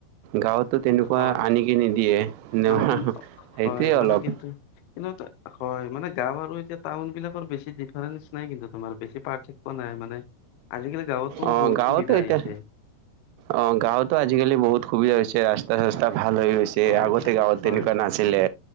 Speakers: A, on the right; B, on the left.
A: গাঁৱত। তো তেনেকুৱা
B: হয়
A: আনিকে নিদিয়ে ন
B: মানে তুম
A: সেইটোয়ে
B: হয় মানে
A: অলপ।
B: কিন্তু কিন্তু হয় মানে গাঁও আৰু এতিয়া। টাউন বিলাকৰ বেছি ডিফাৰেন্ঞ্চ নাই কিন্তু তোমাৰ বেছি পাৰ্থক্য নাই মানে। আজিকালি গাঁৱতো
A: অঁ
B: বহুত
A: গাঁৱতো
B: সুবিধা
A: এতিয়া
B: আহিছে।
A: অ গাঁৱতো আজিকালি বহুত সুবিধা হৈছে ৰাস্তা। ৰাস্তা ভাল হৈ গৈছে
B: হয়
A: আগতে
B: হয়
A: গাঁৱত
B: হয়
A: তেনেকুৱা নাছিলে,